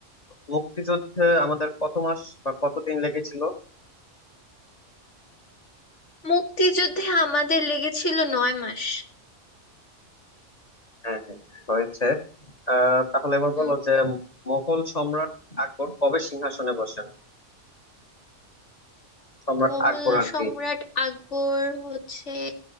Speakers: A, on the left (about 35°); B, on the left (about 70°).
A: মুক্তিযুদ্ধে আমাদের কত মাস বা কতদিন লেগেছিল
B: মুক্তিযুদ্ধে আমাদের লেগেছিল নয় মাস
A: হ্যাঁ হ্যাঁ হ্যাঁ, হয়েছে আহ তাহলে এবার
B: হুম
A: বলো যে মোগল সম্রাট আকবর কবে সিংহাসনে বসেন সম্রাট
B: মুঘল
A: আকবর আর
B: সম্রাট
A: কি
B: আকবর হচ্ছে